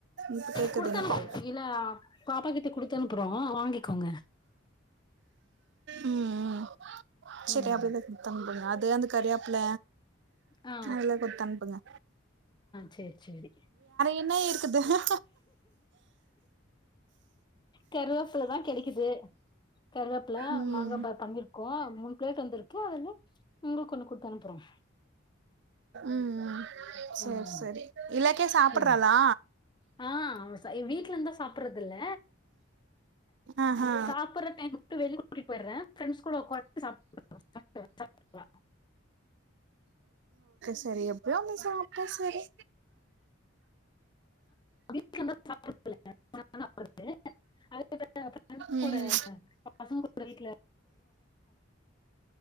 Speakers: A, on the right; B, on the left.
A: இப்ப கேக்குது
B: குடுத்தனுப்
A: எனக்கு
B: இல்ல பாப்பா கிட்ட குடுத்தனுப்புறோ வாங்கிக்கோங்க
A: ம் ம் சேரி
B: ம்
A: அப்டிதா குடுத்தாங்க போலய அது து அந்து கறியா ஆப்ல
B: ஆ
A: எல்லா கொடுத்து அனுப்புங்க
B: சேர் சேரி
A: என்ன இருக்கு க்குது
B: கருவேப்பில தா கெடைக்குது கருவேப் ல
A: ம்
B: மாங்கா
A: ம்
B: பார் பண்ணிருக்கோ மூணு பிளேட் வந்திருக்கு அதுல உங்களுக்கு ஒன்னு கொடுத்து அனுப்புறோம்
A: ம் சேரி
B: ம்
A: சேரி இலக்கியா சாப்புட்றாளா
B: சரி ஹ வீட்ல இருந்தா சாப்றது இல்ல
A: ஆஹா
B: சாப்படுற டைம் ட்டு வெளில கூட்டு போய்ற ஃபிரண்ட்ஸ் கூட ஒக்கான்டு சாப்
A: செரி எப்டியோ ஒன்னு சாப்பிட்டா செரி
B: வீட்ல இருந்தா சாப்பிடறது இல்ல அதே பிரண்ட்ஸ்
A: ம்
B: கூட என்ன